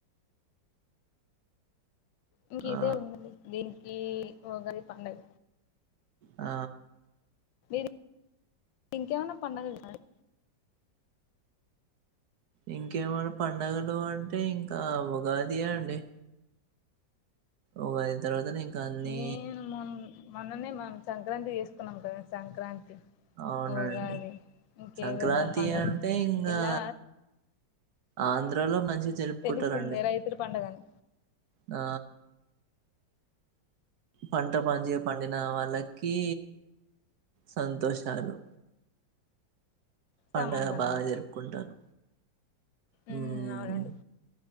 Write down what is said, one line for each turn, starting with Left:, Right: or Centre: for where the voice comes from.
Left: ఇంకిదే
Right: ఆ
Left: ఉందండి దీనికి ఉగాది పండగ
Right: ఆ
Left: మీరు ఇంకేమన్నా పండగలు <unintelligible> అండి
Right: ఇంకేమన్నా పండగలు అంటే ఇంక ఉగాదియె అండి ఉగాది తర్వాతనే ఇంకా అన్ని
Left: నేను మొన్ మొన్ననే మనం సంక్రాంతి ఏసుకున్నాం కదా సంక్రాంతి
Right: అవునండి
Left: ఉగాది ఇంకేవేవో
Right: సంక్రాంతి
Left: పండుగ
Right: అంటే ఇంగా
Left: ఇలా
Right: ఆంధ్రాలో మంచిగ్ జరుప్
Left: తెలిసిందే
Right: కుంటారండి
Left: రైతుల పండగని
Right: ఆ పంట మంచిగ పండిన వాళ్ళకి సంతోషాలు పండగ
Left: సమాధానాలు
Right: బాగా జరుపుకుంటారు హుమ్
Left: ఉమ్ అవునండి